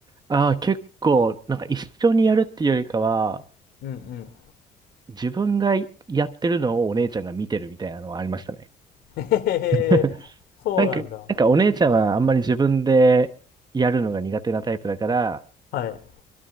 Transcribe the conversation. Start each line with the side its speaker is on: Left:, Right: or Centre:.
Right: ああ、結構、なんか一緒にやるっていうよりかは、
Left: うん
Right: 自分がやってるのをお姉ちゃんが見てるみたいなのはありましたね。
Left: <laughs> へへへ
Right: <laughs>
Left: <laughs> そうなんだは
Right: なんか、なんかお姉ちゃんはあんまり自分でやるのが苦手なタイプだから、
Left: いはい